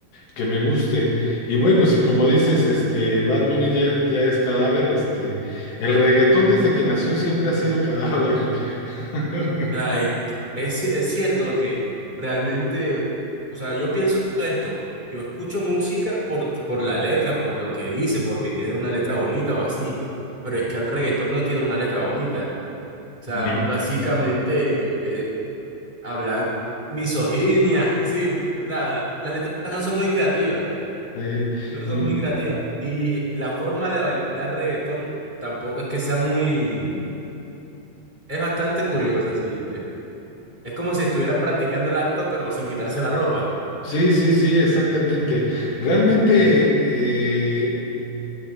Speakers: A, on the left; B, on the right.
A: que me guste. Y bueno, si como dices, este Bad Bunny ya, ya es cadáver, este, el reggaetón desde que nació siempre ha sido cadáver. <laughs>
B: sea, eh, es, es cierto porque realmente, o sea, yo pienso esto, yo escucho música por, por la letra, por lo que dice, porque tiene una letra bonita o así, pero es que el reggaetón no tiene una letra bonita. O sea,
A: Ni-
B: básicamente eh, hablan misoginia, <laughs> sí, o sea, las letras no son muy creativas,
A: eh,
B: no
A: mm,
B: son muy creativas. Y la forma de bailar reggaetón tampoco es que sea muy, es bastante curiosa, sí, Es como si estuvieran practicando el acto, pero sin quitarse la ropa.
A: sí, sí, sí, exactamente. Realmente, eh,